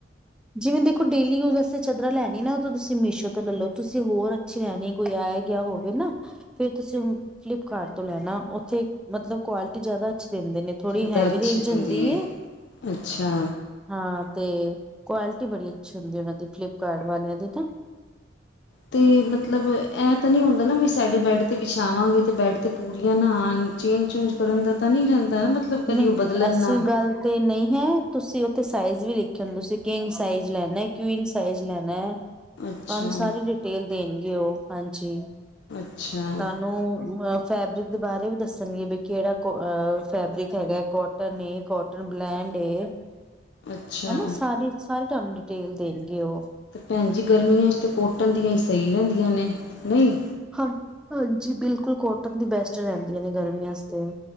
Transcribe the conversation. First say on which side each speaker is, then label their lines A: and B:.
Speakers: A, in the centre; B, on the left.
A: ਜਿਵੇਂ ਦੇਖੋ ਡੇਲੀ ਯੂਜ਼ ਅਸਤੇ ਚਦਰਾਂ ਲੈਨੀ ਨਾ ਓ ਤਾ ਤੂਸੀ ਮੀਸ਼ੋ ਤੋ ਲੈਲੋ, ਤੂਸੀ ਹੋਰ ਛੀ ਲੇਣੀ, ਕੋਈ ਆਏਆ ਗੇਆ ਹੋਵੇ ਨਾ ਫੇਰ ਤੂਸੀ ਫਲਿੱਪਕਾਰਟ ਤੋਂ ਲੈਨਾ, ਓਥੇ ਮਤਲਬ ਕੁਆਲਿਟੀ ਜ਼ਾਦਾ ਅੱਛੀ ਦੇਂਦੇ ਨੇ। ਥੋੜੀ
B: ਜ਼ਿਆਦਾ
A: ਹੈਵੀ
B: ਅੱਛੀ
A: ਰੇਂਜ
B: ਦਿੰਦੀ
A: ਹੁੰਦੀ ਏ।
B: ਅੱਛਾ।
A: ਹਾਂ ਤੇ ਕੁਆਲਿਟੀ ਬੜੀ ਅੱਛੀ ਹੁੰਦੀ ਏ, ਉਨਾਂ ਦੀ ਫਲਿੱਪਕਾਰਟ ਵਾਲੇਆਂ ਦੀ ਨਾਂ।
B: ਤੇ ਮਤਲਬ ਐਂ ਤਾ ਨੀ ਹੁੰਦਾ ਨਾ, ਵੀ ਸਾਡੇ ਬੈਡ ਤੇ ਵਿਛਾਵਾਂਗੇ, ਤੇ ਬੈਡ ਤੇ ਪੂਰੀਆਂ ਨਾ ਆਨ? ਚੇਂਜ-ਚੂਂਜ ਕਰਨ ਦਾ ਤਾਂ ਨੀ ਰੈਂਦਾ ਨਾ ਮਤਲਬ? ਕਦੀ
A: ਨਈ
B: ਉਹ ਬਦਲਣ
A: ਐਸੀ
B: ਨਾ
A: ਗਾੱਲ ਤੇ ਨਈ ਹੈ, ਤੂਸੀ ਓਥੇ ਸਾਈਜ ਵੀ ਲਿਖੇ ਨੇ, ਤੂਸੀ ਕਿੰਗ ਸਾਈਜ ਲੈਨੈ, ਕਵੀਨ ਸਾਈਜ ਲੈਨੈ।
B: ਅੱਛਾ
A: ਤੂਆਨ ਸਾਰੀ ਡਿਟੇਲ ਦੇਨਗੇ ਓ ਹਾਂਜੀ,
B: ਅੱਛਾ
A: ਤਾਨੂੰ ਅ ਫੈਬਰਿਕ ਦੇ ਬਾਰੇ ਵੀ ਦੱਸਨਗੇ ਵੀ, ਕੈੜਾ ਕੋ ਫੈਬਰਿਕ ਹੈਗੈ, ਕੋਟਨ ਏ, ਕੋਟਨ ਬਲੈਂਡ ਏ,
B: ਅੱਛਾ
A: ਹਨਾ ਸਾਰੀ ਸਾਰੀ ਤੂਆਨ ਡਿਟੇਲ ਦੇਨਗੇ ਓ।
B: ਤੇ ਭੈਨ ਜੀ ਗਰਮੀਆਂ ਚ ਤੇ ਕੋਟਨ ਦੀਆਂ ਈ ਸਈ ਰੈਂਦੀਆਂ ਨੇ, ਨਈ?
A: ਹਾਂ, ਹਾਂਜੀ ਬਿਲਕੁਲ ਕੋਟਨ ਦੀ ਬੈਸਟ ਰੈਂਦੀਆਂ ਨੇ ਗਰਮੀਆਂ ਚ ਤੇ।